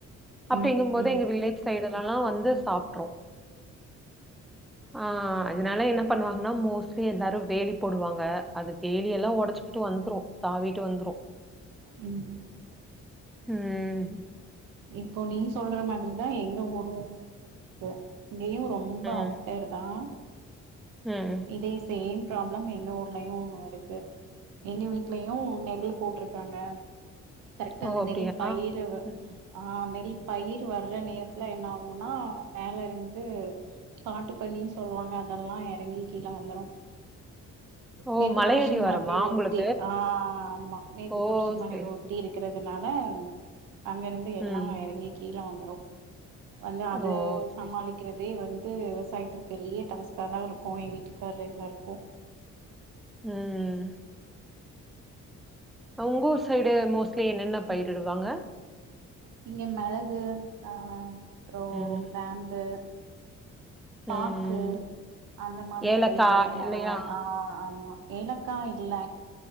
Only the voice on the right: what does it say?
ம்
ம்
ம்
இப்போ நீ சொல்ற மாரிதான் எங்க ஊரும் இருக்கும் இங்கயும் ரொம்ப
அவுட்டாயிருதான்
இதே சேம் பராப்ளம் எங்க ஊர்லயும் இருக்கு எங்க வீட்லயும் நெல்லே போட்டிருக்காங்க கரெக்டா
அந்த
நெல் பயிர
ஆஹ் நெல் பயிரு வர்ற நேரத்துல என்ன ஆகுன்னா மேல இருந்து காட்டு பன்னின்னு சொல்வாங்க அதெல்லா எறங்கி கீழ வந்துரு
மேற்கு
தொடர்ச்சி
மலை ஒட்டி
ஆ ஆமா மேற்கு
தொடர்ச்சி மலை
ஒட்டி
இருக்கிறதுனால ன்னா அங்க இருந்து எல்லா
எறங்கி கீழே வந்த அ வந்து அது
சமாளிக்கிறதே வந் த்து விவசாயத்துல பெரிய டாஸ்க்காதா இருக்கு என் வீட்டுக்கார்ரு எல்லாருக்கு
இங்க மிளகு ஆ அப்றோ
கிராம்பு பாக்கு
அந்த மாதிரி
பயிர்கள்லா நெறையா
ஆஹ் ஆமா ஏலக்கா இல்ல